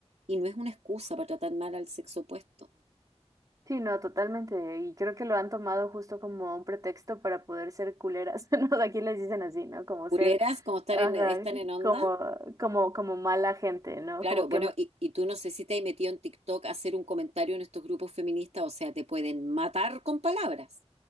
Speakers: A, on the right; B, on the right.
A: y no es una excusa para tratar mal al sexo opuesto.
B: Sí, no, totalmente. Y creo que lo han tomado justo como un pretexto para poder ser culeras, <laughs> ¿no? Aquí les dicen así, ¿no? Como
A: Culeras,
B: ser,
A: como estar
B: ajá,
A: en, están en onda.
B: como, como, como mala gente, ¿no?
A: Claro,
B: Como
A: bueno,
B: que
A: y, y tú no sé si te has metido en TikTok a hacer un comentario en estos grupos feministas, o sea, te pueden matar con palabras.